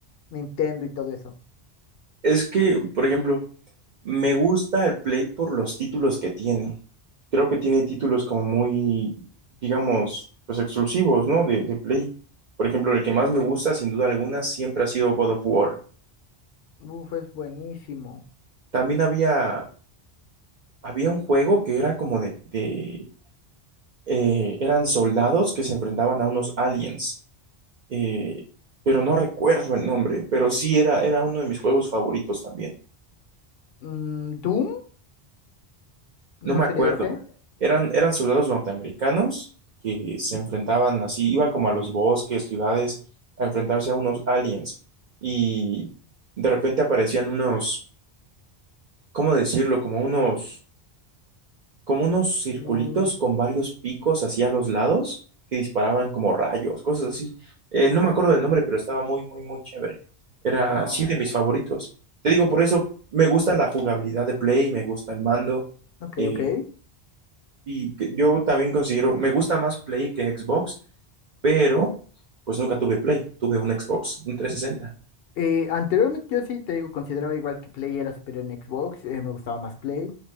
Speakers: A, on the left (about 70°); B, on the right (about 50°).
A: Nintendo y todo eso.
B: Es que, por ejemplo, me gusta el Play por los títulos que tiene. Creo que tiene títulos como muy, digamos, pues exclusivos, ¿no? De, de Play. Por ejemplo, el que más me gusta, sin duda alguna, siempre ha sido God of War.
A: Uf, es buenísimo.
B: También había, había un juego que era como de, de eh, eran soldados que se enfrentaban a unos aliens. eh, pero no recuerdo el nombre, pero sí era, era uno de mis juegos favoritos también.
A: Mm, ¿Doom? ¿No
B: No me
A: sería
B: acuerdo.
A: ese?
B: Eran, eran soldados norteamericanos que se enfrentaban así, iban como a los bosques, ciudades, a enfrentarse a unos aliens. Y de repente aparecían unos, ¿cómo decirlo? Como unos como unos circulitos
A: No.
B: con varios picos así a los lados que disparaban como rayos, cosas así. Eh,
A: ah,
B: no me acuerdo del nombre, pero estaba muy, muy, muy chévere. Era
A: No.
B: así de mis favoritos. Te digo, por eso me gusta la jugabilidad de Play, me gusta el mando.
A: Ok,
B: eh,
A: ok.
B: y que- yo también considero, me gusta más Play que Xbox, pero pues nunca tuve Play, tuve un Xbox, un 360.
A: Eh, anteriormente yo sí, te digo, consideraba igual que Play era superior en Xbox, eh, me gustaba más Play.